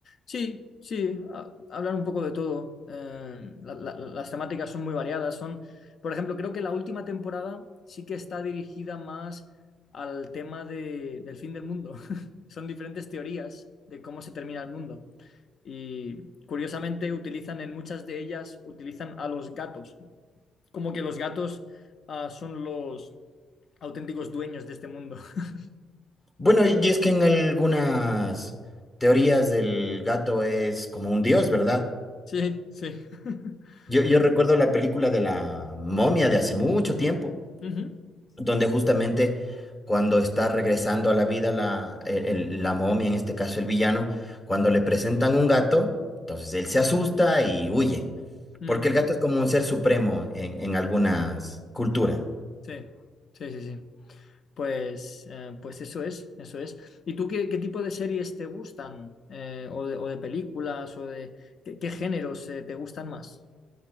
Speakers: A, on the left (about 55°); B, on the left (about 25°).
A: Sí, sí, a- hablar un poco de todo. Eh, la- la- las temáticas son muy variadas. Son, por ejemplo, creo que la última temporada sí que está dirigida más al tema de- del fin del mundo. <laughs> Son diferentes teorías de cómo se termina el mundo. Y curiosamente utilizan en muchas de ellas, utilizan a los gatos, como que los gatos, ah, son los auténticos dueños de este mundo. <laughs>
B: Bueno, y y es que en algunas teorías del gato es como un dios, ¿verdad?
A: Sí, sí. <laughs>
B: Yo, yo recuerdo la película de la momia de hace mucho tiempo,
A: Ujú.
B: donde justamente cuando está regresando a la vida la, el- el- la momia, en este caso el villano, cuando le presentan un gato, entonces él se asusta y huye,
A: Mm,
B: porque el gato es como un ser supremo en, en algunas culturas.
A: sí, sí, sí, sí. Pues, eh, pues eso es, eso es. ¿Y tú qué, qué tipo de series te gustan? Eh, o de, o de películas, o de qué, qué géneros eh, te gustan más?